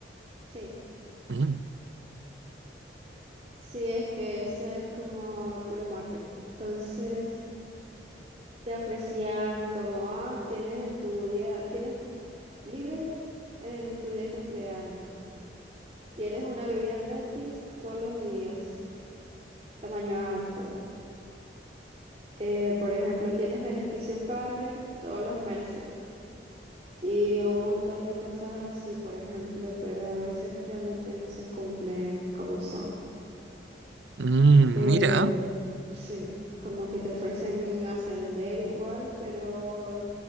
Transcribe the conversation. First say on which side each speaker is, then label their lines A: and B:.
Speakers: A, on the right; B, on the right.
A: Sí,
B: Mm,
A: sí, es que eso es como puro marketing. Entonces, te ofrecían como, ah, tienes en tu día, tienes libre en tu día de cumpleaños. Tienes una bebida gratis todos los días, tamaño alto. Eh, por ejemplo, tienes beneficio partner todos los meses y un montón de cosas así, por ejemplo, pero a veces realmente no se cumplen como son.
B: mm,
A: Eh,
B: mira.
A: sí, como que te ofrecen ascender igual, pero